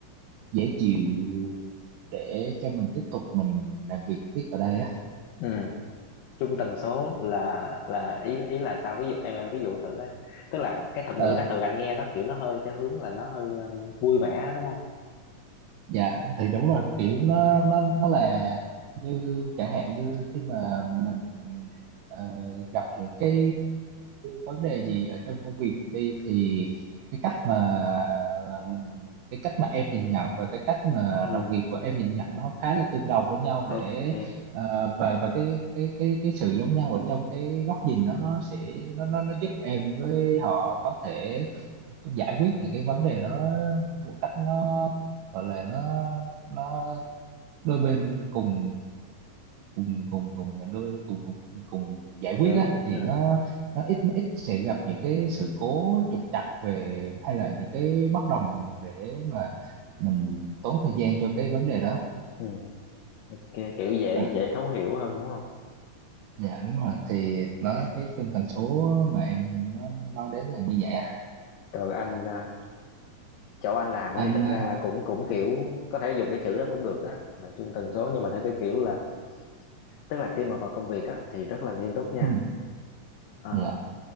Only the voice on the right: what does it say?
dễ chịu để cho mình tiếp tục mình làm việc tiếp ở đây á
Ờ,
dạ thì đúng rồi kiểu nó nó nó là như chẳng hạn như khi mà mình ờ, gặp những cái vấn đề gì ở trong công việc đi thì cái cách mà mình cái cách mà em nhìn nhận và cái cách mà
đồng nghiệp của em nhìn nhận nó khá là tương đồng với nhau
để ờ, và và cái cái cái cái sự giống nhau ở trong cái góc nhìn đó nó sẽ nó nó nó giúp em với họ có thể giải quyết những cái vấn đề đó một cách nó gọi là nó nó đôi bên cùng cùng cùng cùng à, đôi cùng cùng cùng giải quyết
á thì
nó nó ít nó ít sẽ gặp những cái sự cố trục trặc về hay là những cái bất đồng để mà mình tốn thời gian cho cái vấn đề đó
à
dạ đúng rồi thì
nó cái tinh tần số mà em nó nói đến là như vậy á
anh
à,
ừ,
dạ